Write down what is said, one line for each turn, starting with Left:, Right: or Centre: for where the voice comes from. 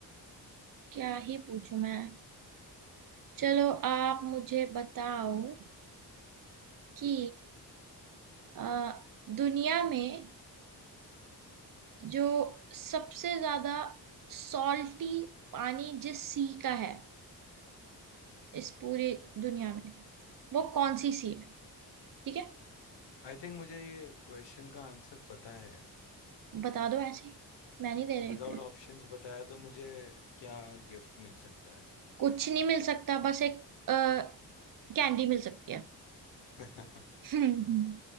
Right: क्या ही पूछूं मैं चलो आप मुझे बताओ कि अ, दुनिया में जो सबसे ज्यादा सॉल्टी पानी जिस सी का है इस पूरी दुनिया में वो कौन सी सी है ठीक है
Left: आई थिंक मुझे ये क्वेश्चन का आंसर पता है
Right: बता दो ऐसे ही। मैं नहीं दे रही
Left: विदाउट
Right: फिर
Left: ऑप्शंस बताया तो मुझे क्या गिफ्ट मिल सकता
Right: कुछ नहीं मिल सकता बस एक कैंडी मिल सकती है
Left: है
Right: <laughs>